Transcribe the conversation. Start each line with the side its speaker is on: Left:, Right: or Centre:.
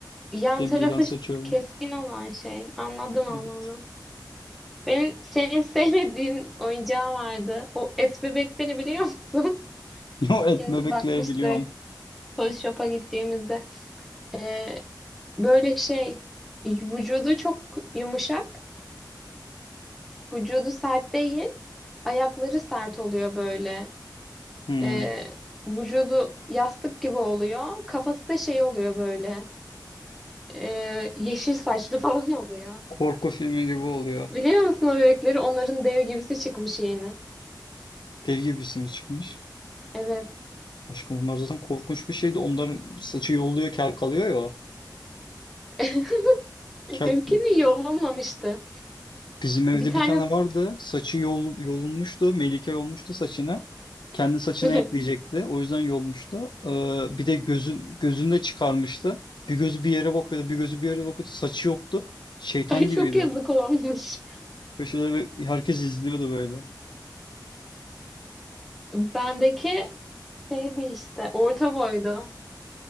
Centre: Yan
Left: demirden
Centre: tarafı
Left: seçiyordum.
Centre: ş- keskin olan şey. Anladım anladım.
Left: Evet.
Centre: Benim senin sevmediğin oyuncağım vardı. O et bebekleri biliyor musun?
Left: <laughs> Yo
Centre: <laughs> Bir
Left: et
Centre: kez
Left: bebekleri
Centre: bakmıştık
Left: biliyorum.
Centre: Toy Shop'a gittiğimizde. Ee, böyle şey vücudu çok yumuşak. Vücudu sert değil. Ayakları sert oluyor böyle.
Left: Hmm.
Centre: Ee, vücudu yastık gibi oluyor. Kafası da şey oluyor böyle. ee, yeşil saçlı <laughs> falan oluyor.
Left: Korku filmi gibi oluyor.
Centre: Biliyor musun o bebekleri? Onların dev gibisi çıkmış yeni.
Left: Deli gibi bir sinir çıkmış.
Centre: Evet.
Left: Aşkım onlar zaten korkunç bir şeydi. Onların saçı yolluyor, kel kalıyor ya. o.
Centre: <laughs>
Left: Kel
Centre: Benimkini iyi olamamıştı.
Left: Bizim evde
Centre: Bir tane
Left: bir tane vardı. Saçı yol, yolunmuştu. Melike yolmuştu saçına. Kendi saçına
Centre: <laughs>
Left: ekleyecekti. O yüzden yolmuştu. Ee, bir de gözün, gözünü de çıkarmıştı. Bir gözü bir yere bakıyordu. Bir gözü bir yere bakıyordu. Saçı yoktu. Şeytan
Centre: ay çok
Left: gibiydi.
Centre: yazık olmuş.
Left: Köşede ve herkes izliyordu böyle. <laughs>
Centre: Bendeki şeydi işte orta boydu.